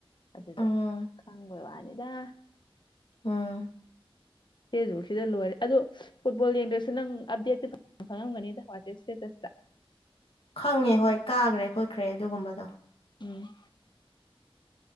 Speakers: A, on the left (about 50°); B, on the left (about 70°).
A: ꯑꯗꯨꯗ
B: ꯎꯝ
A: ꯈꯪꯕꯩ ꯋꯥꯅꯤꯗ
B: ꯎꯝ
A: ꯁꯤꯁꯨꯕꯨ ꯁꯤꯗ ꯂꯣꯏꯔꯦ ꯑꯗꯣ ꯐꯨꯠꯕꯣꯜ ꯌꯦꯡꯗ꯭ꯔꯁꯨ ꯅꯪ ꯑꯞꯗꯦꯠꯇꯤ ꯈꯪꯉꯝꯒꯅꯤꯗ ꯋꯥꯆꯦ ꯏꯁꯇꯦꯇꯁꯇ
B: ꯈꯪꯉꯦ ꯍꯣꯏ ꯀꯥꯒ꯭ꯔꯦ ꯈꯣꯠꯈ꯭ꯔꯦ ꯑꯗꯨꯒꯨꯝꯕꯗꯣ
A: ꯎꯝ